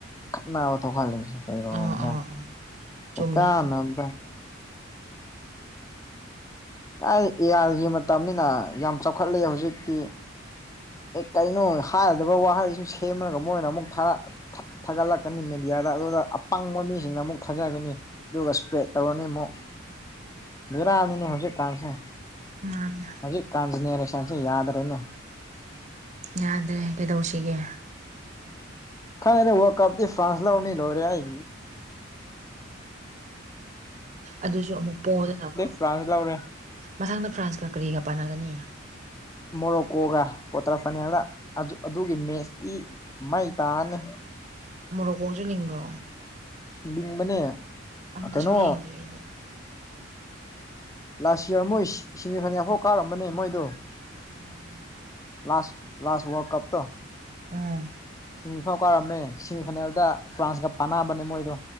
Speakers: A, on the left; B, on the right.
A: ꯈꯠꯅꯕ ꯊꯣꯛꯍꯜꯂꯤꯁꯦ ꯍꯣꯏꯔꯣꯡꯗ
B: ꯑꯥ ꯑꯥ ꯑꯥ
A: ꯀꯩ
B: ꯆꯨꯝꯃꯦ
A: ꯀꯥꯟꯅꯕꯗ ꯑꯩ ꯑꯦ ꯑꯥꯏꯒꯤ ꯃꯇꯝꯅꯤꯅ ꯌꯥꯝ ꯆꯥꯎꯈꯠꯂꯦ ꯍꯧꯖꯤꯛꯇꯤ ꯀꯩꯅꯣ ꯍꯥꯏꯔꯣꯏꯗꯕ ꯋꯥꯍꯩꯁꯨ ꯁꯦꯝꯂꯒ ꯃꯣꯏꯅ ꯑꯃꯨꯛ ꯊꯥꯔꯥ ꯊꯥꯒꯠꯂꯛꯀꯅꯤ ꯃꯦꯗꯤ ꯌꯥꯔꯛꯂꯒ ꯑꯄꯪꯕ ꯃꯤꯁꯤꯅ ꯑꯃꯨꯛ ꯊꯥꯖꯥꯒꯅꯤ ꯑꯗꯨꯒ ꯏꯁꯄꯦꯞ ꯇꯧꯔꯅꯤ ꯑꯃꯨꯛ ꯕꯦꯔꯥꯅꯤꯅꯦ ꯍꯧꯖꯤꯛ ꯀꯥꯟꯁꯦ
B: ꯃꯥꯅꯦ
A: ꯍꯧꯖꯤꯛ ꯀꯥꯟꯁꯦ ꯅꯦꯔꯦꯁꯟꯁꯦ ꯌꯥꯗ꯭ꯔꯦꯅꯦ
B: ꯌꯥꯗ꯭ꯔꯦ ꯀꯩꯗꯧꯁꯤꯒꯦ
A: ꯈꯪꯉꯦꯗ ꯋꯥꯔꯜ ꯀꯄꯇꯤ ꯐ꯭ꯔꯥꯟꯁ ꯂꯧꯅꯤ ꯂꯣꯏꯔꯦ ꯍꯦ
B: ꯑꯗꯨꯁꯨ ꯑꯃꯨꯛ ꯄꯣꯛꯗꯅꯀꯣ
A: ꯐ꯭ꯔꯥꯟꯁ ꯂꯧꯔꯦ
B: ꯃꯊꯪꯗ ꯐ꯭ꯔꯥꯟꯁꯀ ꯀꯔꯤꯒ ꯄꯥꯟꯅꯒꯅꯤ
A: ꯃꯣꯔꯣꯛꯀꯣꯒ ꯀ꯭ꯋꯥꯇꯔ ꯐꯥꯏꯅꯦꯜꯗ ꯑꯗꯨ ꯑꯗꯨꯒꯤ ꯃꯦꯠꯁꯇꯤ ꯃꯩ ꯇꯥꯅꯤ
B: ꯃꯣꯔ ꯀꯣꯁꯨ ꯂꯤꯡꯕ꯭ꯔꯣ
A: ꯂꯤꯡꯕꯅꯦ
B: ꯑꯝꯇꯁꯨ
A: ꯀꯩꯅꯣ
B: ꯌꯦꯡꯗꯔꯤ ꯑꯩꯗꯤ
A: ꯂꯥꯁ ꯌꯌꯥꯔ ꯃꯣꯏ ꯁꯤꯡꯃꯤ ꯐꯥꯏꯅꯦꯜꯌꯥꯐꯥꯎ ꯀꯥꯔꯝꯕꯅꯦ ꯃꯣꯏꯗꯣ
B: ꯑꯝ
A: ꯂꯥꯁ ꯂꯥꯁ ꯋꯥꯔ ꯀꯞꯇꯣ
B: ꯑꯥ
A: ꯁꯤꯃꯤꯐꯥꯎ ꯀꯥꯔꯝꯃꯦ ꯁꯦꯃꯤꯐꯥꯏꯅꯦꯜꯗ ꯐ꯭ꯔꯥꯟꯁꯀ ꯄꯥꯟꯅꯕꯅꯦ ꯃꯣꯏꯗꯣ